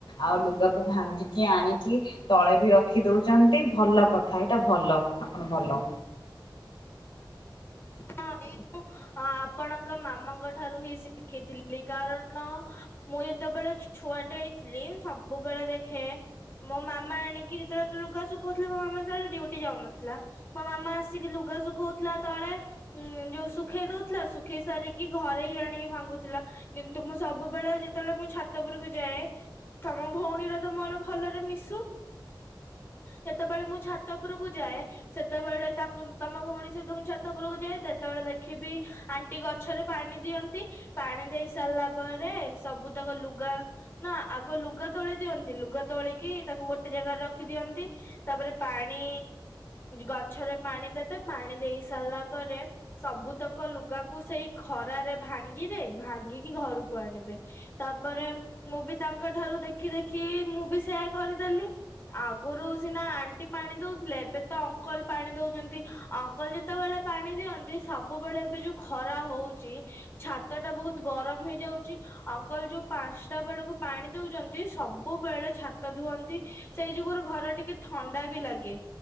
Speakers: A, on the left; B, on the left.
A: ଆଉ ଲୁଗାକୁ ଭାଙ୍ଗିକି ଆଣିକି ତଳେ ବି ରଖି ଦଉଛନ୍ତି ଭଲ କଥା ଏଇଟା ଭଲ ଆପଣ ଭଲ।
B: ହଁ ଏଇ ଆପଣଙ୍କ ମାମାଙ୍କ ଠାରୁ ହିଁ ଶିଖିଥିଲି କାରଣ ମୁଁ ଯେତେବେଳେ ଛୁଆଟେ ହେଇଥିଲି ସବୁବେଳେ ଦେଖେ ମୋ ମାମା ଆଣିକି ଯେତେବେଳେ ଲୁଗା ଶୁଖାଉଥିଲେ ମୋ ମାମା ଯେତେବେଳେ ଡି ଉଟି ଯାଉନଥିଲା। ମୋ ମାମା ଆସିକି ଲୁଗା ଶୁଖଉଥିଲା ତଳେ ହୁଁ ଯୋଉ ଶୁଖେଇ ଦଉଥିଲା ଶୁଖେଇ ସାରିକି ଘରେ ହିଁ ଆଣିକି ଭାଙ୍ଗୁଥିଲା। କିନ୍ତୁ ମୁଁ ସବୁବେଳେ ଯେତେବେଳେ ମୁଁ ଛାତ ପୁରକୁ ଯାଏ ତମ ଭଉଣୀର ତ ମୋର ଭଲରେ ମିଶୁ। ଯେତେବେଳେ ମୁଁ ଛାତ ଉପରକୁ ଯାଏ ସେତେବେଳେ ତାଙ୍କୁ ତମ ଭଉଣୀ ସହିତ ମୁଁ ଛାତ ଉପୁରକୁ ଯାଏ। ଯେତେବେଳେ ଦେଖିବି ଆଣ୍ଟି ଗଛରେ ପାଣି ଦିଅନ୍ତି। ପାଣି ଦେଇ ସାରିଲା ପରେ ସବୁ ତକ ଲୁଗା ନା ଆଗ ଲୁଗା ତୋଳି ଦିଅନ୍ତି ଲୁଗା ତୋଳିକି ତାକୁ ଗୋଟେ ଜାଗାରେ ରଖିଦିଅନ୍ତି। ତାପରେ ପାଣି ଗଛରେ ପାଣି ଦେବେ ପାଣି ଦେଇ ସାରିଲା ପରେ ସବୁତକ ଲୁଗାକୁ ସେଇ ଖରାରେ ଭାଙ୍ଗିବେ ଭାଙ୍ଗିକି ଘରକୁ ଆଣିବେ। ତାପରେ ମୁଁ ବି ତାଙ୍କ ଠାରୁ ଦେଖି ଦେଖି ମୁଁ ବି ସେୟା କରିଦେଲି। ଆଗରୁ ସିନା ଆଣ୍ଟି ପାଣି ଦଉଥିଲେ ଏବେ ତ ଅଙ୍କଲ ପାଣି ଦଉଛନ୍ତି ଅ ଙ୍କଲ ଯେତେବେଳେ ପାଣି ଦିଅନ୍ତି ସବୁବେଳେ ଏବେ ଯୋଉ ଖରା ହଉଛି। ଛାତ ଟା ବହୁତ ଗରମ ହେଇଯାଉଛି। ଅଙ୍କଲ ଯୋଉ ପାଞ୍ଚଟା ବେଳକୁ ପାଣି ଦଉଛନ୍ତି ସବୁବେଳେ ଛାତ ଧୁଅନ୍ତି। ସେଇ ଯୁଗୁରୁ ଘର ଟିକେ ଥଣ୍ଡା ବି ଲାଗେ।